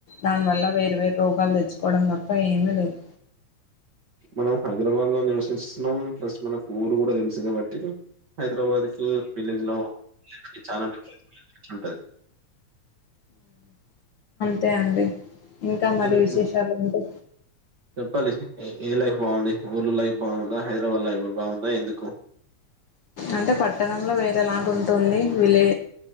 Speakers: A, on the left (about 80°); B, on the right (about 45°).
A: దానివల్ల వేర్వేరు రోగాలు తెచ్చుకోవడం తప్ప ఏమీ లేదు
B: మనం హైదరాబాద్ లో నివసిస్తున్నాం ప్లస్ మనకు ఊరు కూడా తెలుసు కాబట్టి హైదరాబాద్ కీ విలేజ్ లో చానా ఉంటది
A: తే అండి ఇంకా మరి
B: నేను చెప్ప-
A: విశేషాలు ఏంటి
B: చెప్పాలి ఏ ఏ లైఫ్ బాగుంది ఊర్ల లైఫ్ బాగుందా హైదరాబాద్ లైఫ్ బాగుందా ఎందుకు
A: అంటే పట్టణంలో వేరేలాగుంటుంది విలే